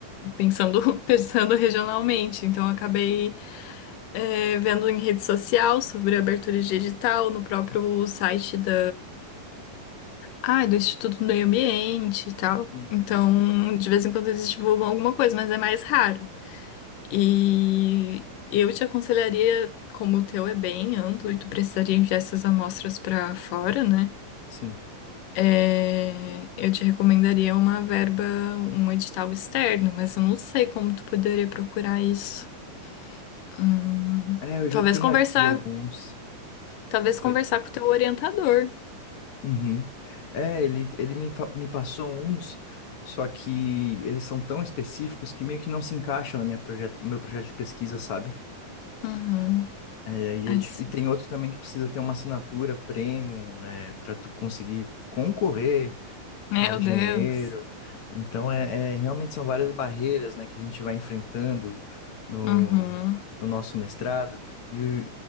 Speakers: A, on the left; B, on the left.
A: pensando, <laughs> pensando regionalmente. Então, eu acabei é, vendo em rede social sobre abertura digital no próprio site da, ah, do Instituto do Meio Ambiente e tal.
B: Uhum.
A: Então, de vez em quando eles divulgam alguma coisa, mas é mais raro. E eu te aconselharia, como o teu é bem amplo e tu precisaria enviar essas amostras para fora, né?
B: Sim.
A: É, eu te recomendaria uma verba, um edital externo, mas eu não sei como tu poderia procurar isso. Hum,
B: É, eu já
A: talvez
B: tenho
A: conversar,
B: aqui alguns.
A: talvez conversar
B: Oi.
A: com o teu orientador.
B: Uhum. É, ele, ele me, fa- me passou uns, só que eles são tão específicos que meio que não se encaixa na minha proje- no meu projeto de pesquisa, sabe?
A: Uhum.
B: É, aí
A: Ai,
B: é dif-
A: sim.
B: e, tem outros também que precisa ter uma assinatura premium, é, para tu conseguir concorrer
A: Meu
B: ao dinheiro.
A: Deus.
B: Então, é, é- realmente são várias barreiras, né, que a gente vai enfrentando no,
A: Uhum.
B: no nosso mestrado. E,